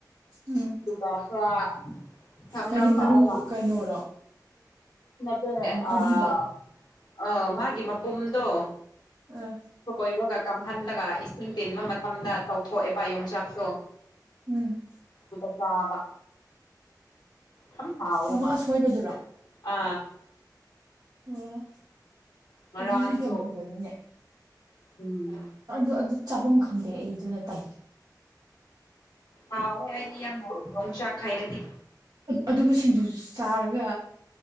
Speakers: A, on the right; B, on the left.
A: ꯎꯝ
B: ꯑꯗꯨꯒ ꯈꯔ ꯊꯥꯝꯔꯝꯕ
A: ꯍꯥꯏꯗꯤ ꯃꯔꯨ
B: ꯑꯩꯅ꯫
A: ꯀꯩꯅꯣꯔꯣ
B: ꯅꯠꯇꯦ ꯑ
A: ꯑꯔꯤꯕ꯫
B: ꯑ ꯃꯥꯒꯤ ꯃꯄꯨꯝꯗꯣ꯫
A: ꯑ꯫
B: ꯍꯣꯏꯔꯒ ꯀꯪꯍꯜꯂꯒ ꯏꯁꯤꯡ ꯇꯤꯟꯕ ꯃꯇꯝꯗ ꯇꯧꯊꯣꯛꯑꯦꯕ ꯌꯣꯡꯆꯥꯛꯇꯣ꯫
A: ꯎꯝ꯫
B: ꯑꯗꯨꯆꯥꯕ ꯌꯥꯝ ꯍꯥꯎꯋꯦ
A: ꯑꯃ ꯑꯁꯣꯏꯕꯗꯨꯔꯣ
B: ꯑ꯫
A: ꯑꯣ
B: ꯉꯔꯥꯡꯁꯨ
A: ꯑꯗꯨꯁꯨ ꯌꯣꯜꯍꯧꯕꯅꯤꯅꯦ꯫
B: ꯎꯝ
A: ꯑꯗꯨ ꯑꯗꯨ ꯆꯥꯐꯝ ꯈꯪꯗꯦ ꯑꯩ ꯑꯗꯨ ꯅ ꯇꯥꯜꯂꯤ꯫
B: ꯍꯥꯎꯋꯦ ꯑꯩꯗꯤ ꯌꯥꯝ ꯌꯣꯡꯆꯥꯛ ꯍꯥꯏꯔꯗꯤ꯫
A: ꯑꯗꯨꯕꯨ ꯁꯤꯡꯖꯨ ꯆꯥꯔꯒ